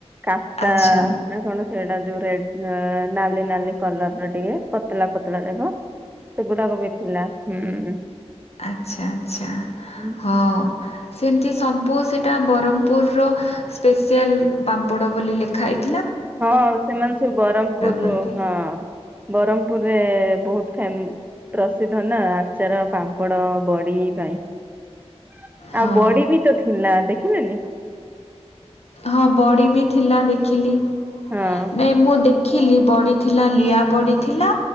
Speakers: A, on the right; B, on the left.
A: କାଟା
B: ଆଚ୍ଛା
A: ନା କଣ? ସେଇଟା ଯୋଉ ରେଡ ନାଲି ନାଲି କଲର ର ଟିକେ ପତଳା ପତଲା ଯାକ ଗୁଡ଼କ ବି ଥିଲା ହୁଁ ।
B: ଆଛା ଆଚଛା ।
A: ହୁଁ।
B: ହଁ ସେମତି ସବୁ ସେଇଟା ବ୍ରହ୍ମପୁରର ସ୍ପେସିଆଲ ପାମ୍ପଡ଼ ବୋଲି ଲେଖା ହେଇ
A: ହଁ ସେମାନେ ସବୁ ବ୍ରହମପୁରରୁୁ
B: ବୋଲି
A: ହଁ । ବ୍ରହ୍ମପୁରରେ ବହୁତ ଫେମ ପ୍ରସିଦ୍ଧ ନା ଆଚାର ପାମ୍ପଡ ବଡି ପାଇଁ ।
B: ହଁ
A: ଆଉ ବଡି ବି ତ ଥିଲା ଦେ ବସିଲେଣି ।
B: ହଁ ବଡ଼ି ବି ଥିଲା ଦେଖିଲି ।
A: ହଁ
B: ନାଇଁ ମୁଁ ଦେଖିଲି ବଢିଥିଲା ଲିଆ ବଢ଼ିଥିଲା